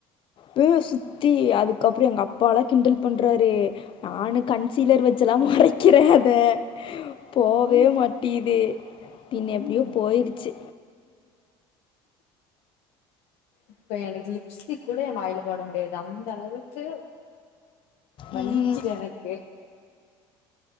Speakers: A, on the left; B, on the left.
A: இப்பவே சுத்தி அதுக்கப்றம் எங்க அப்பாலா கிண்டல் பண்றாரு நானு கன்சீலர் வச்சல்லா மறைக்கிறே அத போவே
B: ம்
A: மாட் டீது பின்ன எப்டியோ
B: ம்
A: போயிருச்சு
B: இப்ப எனக்கு லிப்ஸ்டிக் கூட ஏ வாயில போட முடியாது அந்த அளவுக்கு வலிக்குது
A: ம்
B: எனக்கு